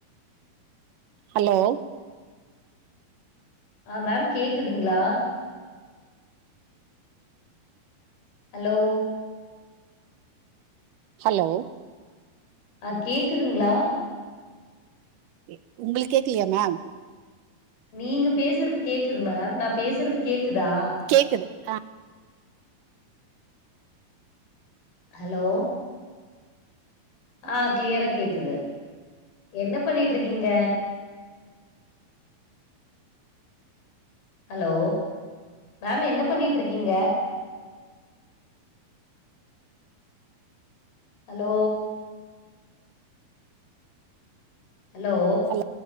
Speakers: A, on the right (about 70°); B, on the left (about 80°).
A: ஹலோ
B: ஆ மேம் கேக்குதுங்க்ளா ஹலோ
A: ஹலோ
B: ஆ கேக்குதுங்க்ளா
A: இப் உங்க்ளுக்கு கேக்லையா மேம்‌
B: நீங்க பேசுறது கேக்குது மேம் நா பேசுறது கேக்குதா
A: கேக்குதுங்ளா
B: ஹலோ ஆ க்ளியரா கேக்குது என்ன பண்ணிட்டு இருக்கீங்க ஹலோ மேம் என்ன பண்ணிட்டு இருக்கீங்க ஹலோ ஹலோ
A: அல்ல